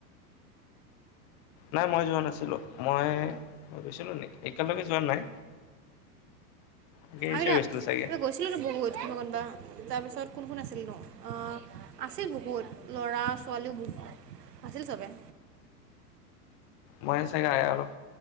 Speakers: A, on the left; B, on the right.
A: নাই মই যোৱা নাছিলো মই গৈছিলো নে একেলকে যোৱা নাই আগে
B: আৰুা
A: গৈছিলো
B: তিবা
A: চাগে
B: গৈছিলো ৰ ব বহুত ক কোনোবা তাৰপিছত কোন কোন আছিল ন অ আছিল বহুত ল'ৰা ছোৱালীও বহু আছিল চবে
A: মই চাগে অলপ